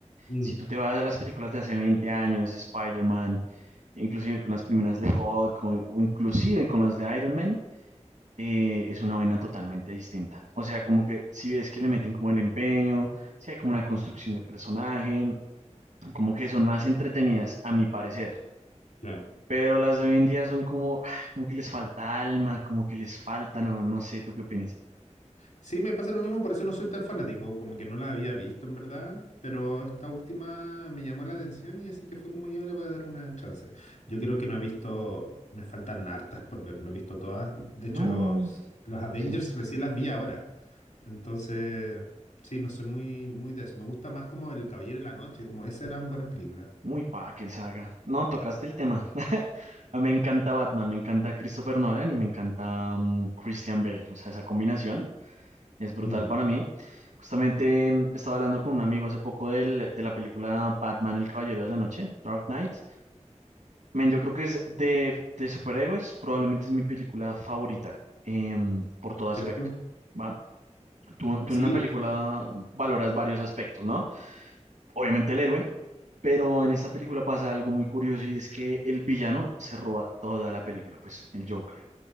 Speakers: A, on the left (about 85°); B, on the right (about 80°).
A: Mm,
B: Si tú te vas a las películas de hace 20 años, Spider-Man, inclusive con las primeras de Hulk o, o inclusive con las de Iron Man, eh, es una vaina totalmente distinta. O sea, como que si ves que le meten como el empeño, si hay como una construcción de personaje, como que son más entretenidas, a mi parecer.
A: claro.
B: Pero las de hoy en día son como, ah, como que les falta alma, como que les falta, no, no sé, ¿tú qué opinas?
A: Sí, me pasa lo mismo, por eso no soy tan fanático, como que no la había visto en verdad, pero esta última me llamó la atención y así que fue como ya le voy a dar una chance. Yo creo que no he visto, me faltan hartas por ver, no he visto todas. De
B: No,
A: hecho, los, los Avengers
B: sí,
A: recién las vi ahora. Entonces, sí, no soy muy, muy de eso. Me gusta más como El Caballero de la Noche, como esas eran buenas películas.
B: muy pa' que saga. No, tocaste el tema. <laughs> A mí Me encanta Batman, me encanta Christopher Nolan y me encanta mm, Christian Bale. O sea, esa combinación es brutal
A: Mm,
B: para mí. Justamente mm, estaba hablando con un amigo hace poco del- de la película Batman, el Caballero de la Noche, Dark Knight. Men, yo creo que es de, de superhéroes, probablemente es mi película favorita em, por todo aspecto.
A: ¿cierto?
B: ¿va? Tú, tú
A: Sí,
B: en una película valoras varios aspectos, ¿no? Obviamente el héroe, pero en esta película pasa algo muy curioso y es que el villano se roba toda la película, pues el Joker.